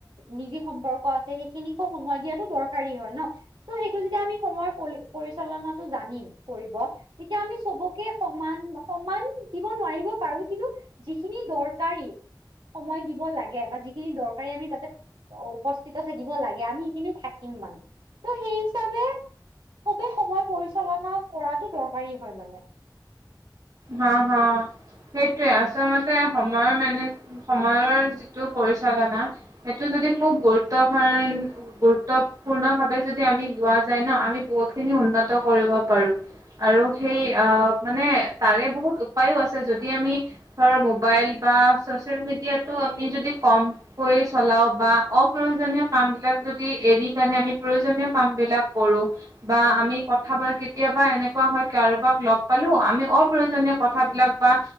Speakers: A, on the right (about 85°); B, on the right (about 50°).
A: নিজি সম্পৰ্ক আছে সেইখিনিকো সময় দিয়াতো দৰকাৰী হয় ন। ত' সেইটো যেতিয়া আমি সময়ৰ পলি পৰিচালনাটো জানিম কৰিব তেতিয়া আমি চবকে সমান- সমান দিব নোৱাৰিব পাৰো কিন্তু যিখিনি দৰকাৰী সময় দিব লাগে বা যিখিনি দৰকাৰী আমি তাতে উপস্থিত থাকিব লাগে আমি সেইখিনি থাকিম মানে। ত' সেই হিচাবে চবে সময় পৰিচালনা কৰাটো দৰকাৰী হয় মানে।
B: হা হা সেইটোৱে আচলতে সময় মানে সময়ৰ যিটো পৰিচালনা সেইটো যদি খুব গুৰুত্ব <unintelligible> গুৰুত্বপূৰ্ণ ভাৱে যদি আমি লোৱা যায় ন আমি বহুত খিনি উন্নত কৰিব পাৰো। আৰু সেই আহঁ মানে তাৰে বহুত উপায়ো আছে যদি আমি ধৰা মোবাইল বা চচিয়েল মেডিয়াটো আমি যদি কম কৰি চলাও বা অপ্ৰয়োজনীয় কাম বিলাক যদি এৰি পেনে আমি প্ৰয়োজনীয় কাম বিলাক কৰো বা আমি কথা <unintelligible> কেতিয়াবা এনেকুৱা হয় কাৰোবাক লগ পালো আমি অপ প্ৰয়োজনীয় কথাবিলাক বা